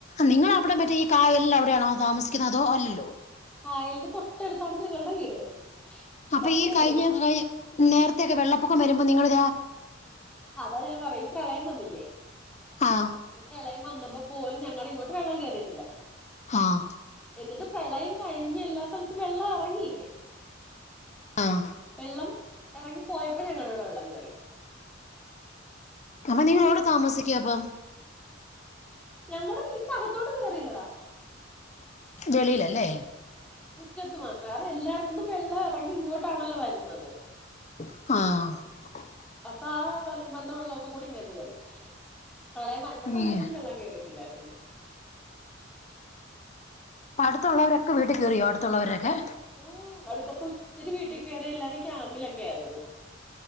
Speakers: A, on the left; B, in the centre.
A: നിങ്ങ അവിടെ മറ്റേ ഈ കായലിൽ അവിടെയാണോ താമസിക്കുന്ന അതോ അല്ലല്ലോ
B: ആ കായലിന്റെ. തൊട്ടടുത്താണ് ഞങ്ങളുടെ വീട്
A: അപ്പൊ
B: പക്ഷേ
A: ഈ
B: ഉണ്ടല്ലോ
A: കഴിഞ്ഞ നേരത്തെക്കെ വെള്ളപ്പൊക്കം വരുമ്പോ നിങ്ങള-
B: അതാ ഞാൻ പറയാ ഈ പ്രളയം വന്നില്ലേ
A: ആഹ്
B: ഈ പ്രളയം വന്നപ്പോ പോലും ഞങ്ങുടെ ഇങ്ങോട്ട് വെള്ളം കേറിയിട്ടില്ല.
A: ആഹ!
B: എന്നിട്ട് പ്രളയം കഴിഞ് എല്ലാ സ്ഥലത്തും വെള്ളം ഇറങ്ങില്ലേ.
A: ആഹ!
B: വെള്ളം ഇറങ്ങി പോയപ്പോ ഞങ്ങളിവിടെ വെള്ളം കേറി.
A: അപ്പ നിങ്ങോടെ താമസിക്കുപ്പം
B: ഞങ്ങള് വീടിനകത്തോട്ട് കയറിയില്ലടാ.
A: ചെളിലല്ലേ
B: മുറ്റത്ത് മാത്രം അത എല്ലായിടത്തനിന്നും വെള്ളം ഇറങ്ങി ഇങ്ങോട്ടാണല്ലോ വരുന്നത്.
A: ആഹ!
B: അപ്പൊ ആ വ വന്ന വെള്ളമൊക്കെ കൂടി ഇങ്ങാട്ട് കയറി പ്രളയം വന്ന
A: ഉം
B: സമയത്തൊന്നും വെള്ളം കയറിയിട്ടില്ല. ചലൂ <unintelligible>
A: അപ്പ അടുത്തവൊക്കെ വീട്ടിൽ കയറിയോ അടുത്തുള്ളവരൊക്കെ
B: ഉം അടുത്ത ഒത്തിരി വീട്ടിൽ കയറി എല്ലാരും ക്യാമ്പിലൊക്കെ ആയിരുന്നു.